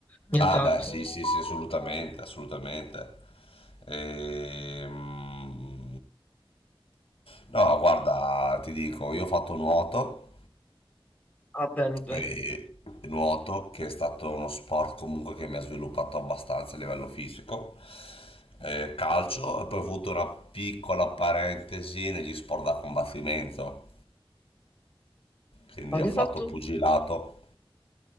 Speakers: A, on the left (about 15°); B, on the left (about 80°).
A: nient'altro.
B: Ah, beh, sì, sì, sì, assolutamente, assolutamente. Ehm, No, guarda, ti dico, io ho fatto nuoto,
A: Ah, bello, bello.
B: e nuoto che è stato uno sport comunque che mi ha sviluppato abbastanza a livello fisico, eh, calcio e poi ho avuto una piccola parentesi negli sport da combattimento. quindi
A: Ma che
B: ho
A: hai
B: fatto
A: fatto?
B: pugilato.